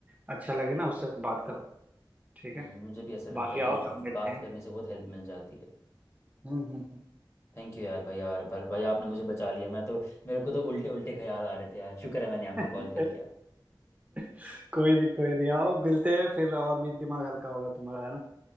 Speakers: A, on the right; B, on the left.
A: अच्छा लगे ना उससे बात करो ठीक
B: हम्म,
A: है
B: मुझे भी ऐसा लगता
A: बाकी
B: है कि
A: आओ तब मिलते
B: बात
A: हैं
B: करने से बहुत हेल्प मिल जाती है
A: हम्म हम्म
B: थैंक यू यार भाई यार भर, भाई आपने मुझे बचा लिया मैं तो मेरे को तो उल्टे उल्टे ख्याल आ रहे थे यार शुक्र है मैंने आपको
A: हम्म।
B: कॉल कर लिया
A: <laughs> कोई नहीं कोई नहीं आओ मिलते हैं फिर और भी दिमाग हल्का होगा तुम्हारा है ना